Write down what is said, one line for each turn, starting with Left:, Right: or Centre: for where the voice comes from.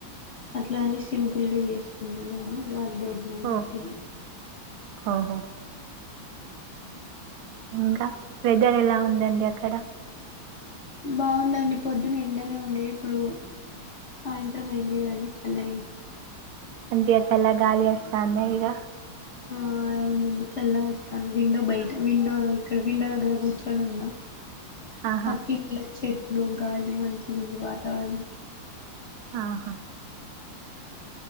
Left: అట్లాని సింపుల్గా చేసుకున్నరం వాళ్ళు భోజనాలు
Right: ఓ
Left: పెట్టిన్
Right: ఓహో
Left: మ్
Right: ఇంకా వెదర్ ఎలా ఉందండి అక్కడ
Left: బాగుందండి పొద్దున ఎండనే ఉండేది ఇప్పుడు సాయంత్రం అయిందికదండీ చల్లగయింది
Right: మంచిగా చల్లాగాలీవస్తంద ఇగ
Left: ఆ అవునండి చల్లగోస్థాంది విండో బయట విండో ఇక్కడ విండో దగ్గర కూర్చొని ఉన్నా
Right: ఆహా
Left: పకింట్లో చెట్లు గాలి మంచిగుంది వాతావరణం
Right: ఆహా